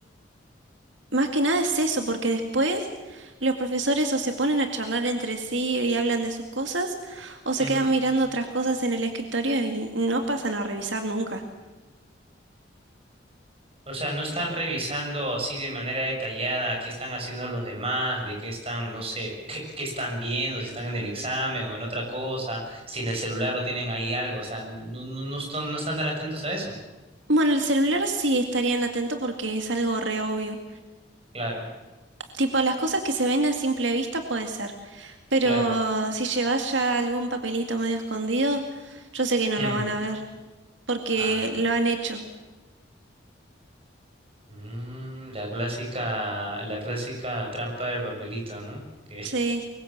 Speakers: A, on the right; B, on the right.
A: Más que nada es eso, porque después los profesores o se ponen a charlar entre sí y hablan de sus cosas, o se
B: ujú.
A: quedan mirando otras cosas en el escritorio y no pasan a revisar nunca.
B: O sea, no están revisando así de manera detallada qué están haciendo los demás, de qué están, no sé, <laughs> qué, qué están viendo, si están en el examen o en otra cosa, si en el celular lo tienen ahí algo, o sea, no, no, no están, no están tan atentos a eso.
A: Bueno, el celular sí estarían atentos porque es algo re obvio.
B: Claro,
A: Tipo, las cosas que se ven a simple vista puede ser, pero
B: claro.
A: si llevas ya algún papelito medio escondido, yo sé que no
B: Mm,
A: lo van a ver, porque
B: Ah, no.
A: lo han hecho.
B: Mm, la clásica, la clásica trampa del papelito, ¿no? Que
A: Sí,